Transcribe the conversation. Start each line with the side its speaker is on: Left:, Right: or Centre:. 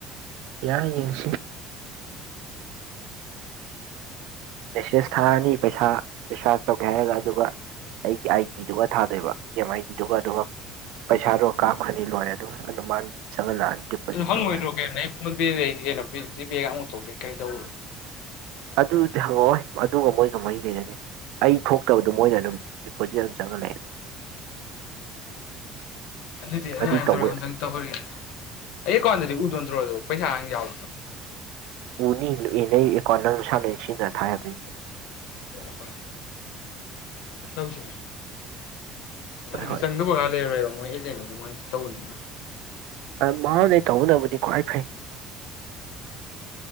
Right: ꯌꯥꯏ ꯌꯦꯁꯤ ꯃꯦꯁꯁ ꯊꯥꯔꯗꯤ ꯄꯩꯁꯥ ꯔꯤꯁꯥꯔꯖ ꯇꯧꯒꯦ ꯍꯥꯏꯔꯒ ꯑꯗꯨꯒ ꯑꯩꯒꯤ ꯑꯥꯏ ꯗꯤꯗꯨꯒ ꯊꯥꯗꯣꯏꯕ ꯑꯦ ꯑꯦꯝ ꯑꯥꯏ ꯗꯤꯗꯨꯒ ꯑꯗꯨꯒ ꯄꯩꯁꯥꯗꯨꯒ ꯀꯥꯞꯈ꯭ꯔꯅꯤ ꯂꯣꯏꯔꯦ ꯑꯗꯨꯒ ꯑꯗꯨꯝ ꯃꯥꯅ ꯆꯪꯍꯜꯂꯛꯑꯅꯤ ꯗꯤꯄꯣꯖꯤꯠ
Left: ꯑꯗꯨ ꯍꯪꯉꯣꯏꯗ꯭ꯔꯣ
Right: ꯇꯧꯔꯅꯤ
Left: ꯀꯩꯅꯣ ꯑꯩ ꯐꯣꯟ ꯄꯦꯗ ꯀꯩꯅꯣ ꯖꯤꯄꯦꯒ ꯑꯃꯨꯛꯊꯣꯛꯇꯦ ꯀꯩꯗꯧ
Right: ꯑꯗꯨꯗꯤ ꯍꯪꯉꯛꯑꯣꯣꯏ ꯑꯗꯨꯒ ꯃꯣꯏꯒ ꯃꯔꯤ ꯂꯩꯅꯗꯦ ꯑꯩ ꯊꯣꯛꯇꯕꯗ ꯃꯣꯏꯅ ꯑꯗꯨꯝ ꯗꯤꯄꯣꯖꯤꯠ ꯑꯗꯨꯝ ꯆꯪꯍꯂꯑꯦ
Left: ꯑꯗꯨꯗꯤ ꯑꯗꯨꯃꯥꯏꯅ
Right: ꯑꯗꯨꯏ ꯇꯧꯕ
Left: ꯇꯧꯔꯒ ꯑꯝꯇꯪ ꯇꯧꯍꯔꯤꯒꯦ ꯑꯦ ꯀꯣꯟ ꯑꯗꯨꯗꯤ ꯎ ꯣꯟ ꯇꯔꯣ ꯑꯣꯏ ꯄꯩ ꯍꯥꯏꯉ ꯌꯥꯎ
Right: ꯎꯅꯤ ꯂꯨꯏ ꯅꯪ ꯑꯦꯀꯥꯎꯟ ꯅꯪ ꯂꯁꯥ ꯂꯣꯏ ꯁꯤꯅ ꯊꯥꯗꯣꯏꯅꯤ
Left: ꯍ ꯍꯣꯏ ꯇꯧꯁꯤꯅꯦ ꯑꯗꯨꯗꯤ
Right: ꯍꯣꯏ
Left: ꯆꯪꯗꯕꯒ ꯂꯩꯔ ꯃꯣꯏ ꯑꯦꯖꯦꯟꯗ ꯃꯣꯏꯁꯨ ꯇꯧꯕꯅꯤꯅ
Right: ꯃꯥꯅꯦ ꯇꯧꯅ ꯃꯅꯤ ꯀ꯭ꯋꯥꯥꯏ ꯐꯩ